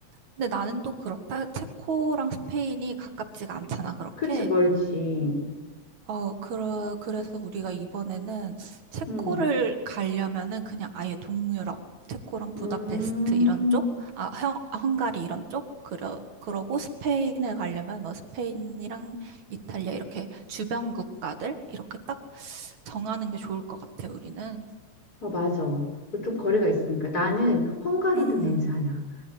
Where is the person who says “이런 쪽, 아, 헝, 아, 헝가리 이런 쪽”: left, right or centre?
Right